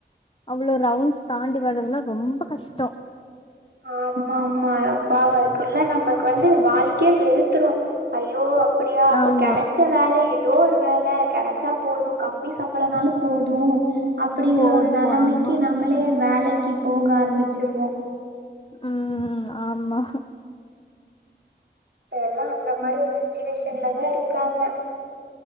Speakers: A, on the left; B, on the right.
A: அவ்வளோ ரவுண்ட்ஸ் தாண்டி வர்றதுலா ரொம்ப கஷ்டோ
B: ஆமா ஆமா அப்ப அதுக்குள்ள நமக்கு வந்து வாழ்க்கையே வெறுத்துரும் ஐயோ அப்படியா அப்ப
A: ஆமா
B: கிடைச்ச வேலை எதோ ஒரு வேலை கிடைச்சா போது கம் ம்மி சம்பளோனாலு போது அப்படிங்கற
A: போது
B: ஒரு நிலைமைக்கு
A: ஆமா
B: நம்மளே வேலைக்கு போக ஆரமிச்சிருவோ
A: ம் ஆமா
B: இப்ப எல்லா அந்த மாரி ஒரு சுச்சுவேஷன்ல தா இருக்காங்க